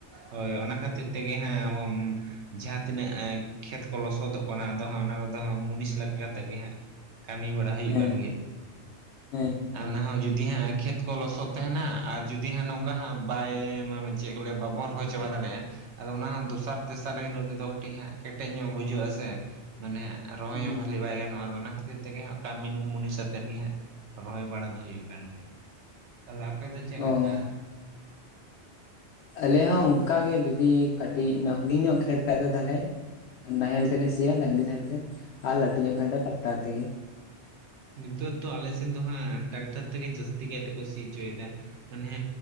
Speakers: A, on the right (about 75°); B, on the left (about 75°).
A: ᱦᱳᱭ ᱚᱱᱟ ᱠᱷᱟᱹᱛᱤᱨ ᱛᱮᱜᱮ ᱦᱟᱸᱜ
B: ᱦᱮᱸ
A: ᱡᱟᱦᱟᱸ ᱛᱤᱱᱟᱹᱜ ᱠᱷᱮᱛ ᱠᱚ ᱞᱚᱥᱚᱫᱚᱜ ᱠᱟᱱᱟ ᱟᱫᱚ ᱦᱟᱸᱜ ᱚᱱᱟ ᱠᱚᱫᱚᱜ ᱢᱩᱱᱤᱥ ᱞᱟᱜᱟᱣ ᱠᱟᱛᱮᱜ ᱜᱮ ᱦᱟᱸᱜ ᱠᱟᱹᱢᱤ ᱵᱟᱲᱟ ᱦᱩᱭᱩᱜ
B: ᱦᱮᱸ
A: ᱠᱟᱱ ᱜᱮᱭᱟ,
B: ᱦᱮᱸ ᱦᱮᱸ
A: ᱚᱱᱟ ᱦᱚᱸ ᱡᱩᱫᱤ ᱦᱟᱸᱜ ᱠᱷᱮᱛ ᱠᱚ ᱞᱚᱥᱚᱫ ᱛᱟᱦᱮᱸᱱᱟ, ᱟᱨ ᱡᱩᱫᱤ ᱦᱟᱸᱜ ᱱᱚᱝᱠᱟ ᱦᱟᱸᱜ ᱵᱟᱭ ᱪᱮᱫ ᱠᱚ ᱞᱮᱭᱟ ᱵᱟᱵᱚᱱ ᱨᱚᱦᱚᱭ ᱪᱟᱵᱟ ᱫᱟᱲᱮᱭᱟᱜᱼᱟ ᱟᱫᱚ ᱚᱱᱟ ᱫᱚᱥᱟᱨ ᱛᱮᱥᱟᱨ ᱦᱤᱞᱳᱜ ᱛᱮᱫᱚ ᱠᱟᱹᱴᱤᱡ ᱦᱟᱸᱜ ᱠᱮᱴᱮᱡ ᱧᱚᱜ ᱵᱩᱡᱷᱟᱹᱜᱼᱟ ᱥᱮ, ᱢᱟᱱᱮ ᱨᱚᱦᱚᱭ
B: ᱦᱩᱸ
A: ᱦᱚᱸ ᱵᱷᱟᱹᱞᱮ ᱵᱟᱭ ᱜᱟᱱᱚᱜᱼᱟ ᱟᱫᱚ ᱚᱱᱟ ᱠᱷᱟᱹᱛᱤᱨ ᱛᱮᱜᱮ ᱦᱟᱸᱜ ᱠᱟᱹᱢᱤᱱ ᱢᱩᱱᱤᱥ ᱟᱛᱮᱜ ᱜᱮ ᱦᱟᱸᱜ ᱨᱚᱦᱚᱭ ᱵᱟᱲᱟ ᱫᱚ ᱦᱩᱭᱩᱜ ᱠᱟᱱ ᱜᱮᱭᱟ᱾ ᱛᱟᱦᱚᱞᱮ ᱟᱯᱮ ᱫᱚ ᱪᱮᱫ
B: ᱚ
A: ᱞᱮᱠᱟ?
B: ᱟᱞᱮ ᱦᱚᱸ ᱚᱱᱠᱟᱜᱮ ᱡᱩᱚᱫᱤ ᱠᱟᱹᱴᱤᱡ ᱦᱩᱰᱤᱧ ᱧᱚᱜ ᱠᱷᱮᱛ ᱠᱷᱟᱡ ᱫᱚ ᱛᱟᱦᱚᱞᱮ, ᱱᱟᱦᱮᱞ ᱛᱮᱞᱮ ᱥᱤᱭᱟ ᱰᱟᱝᱨᱤ ᱱᱟᱦᱮᱞ ᱛᱮ ᱟᱨ ᱞᱟᱹᱴᱩ ᱧᱚᱜ ᱠᱷᱟᱡ ᱫᱚ ᱴᱟᱠᱴᱟᱨ ᱛᱮᱜᱮ᱾
A: ᱱᱤᱛᱚᱜ ᱛᱚ ᱟᱞᱮ ᱥᱮᱱ ᱫᱚ ᱦᱟᱸᱜ ᱴᱨᱟᱠᱴᱟᱨ ᱛᱮᱜᱮ ᱡᱟᱹᱥᱛᱤ ᱠᱟᱭ ᱛᱮᱠᱚ ᱥᱤ ᱦᱚᱪᱚᱭᱫᱟ, ᱢᱟᱱᱮ